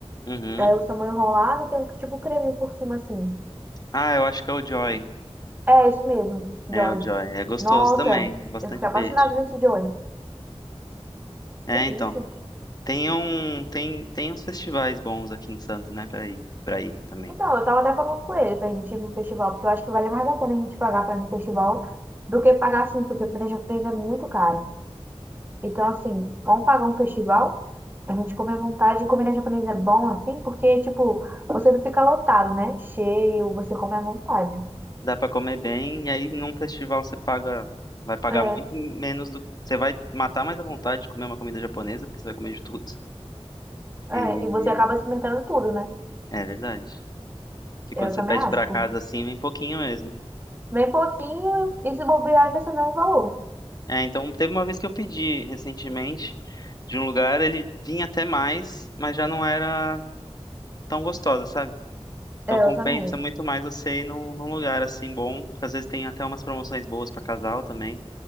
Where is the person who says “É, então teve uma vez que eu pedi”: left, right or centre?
Left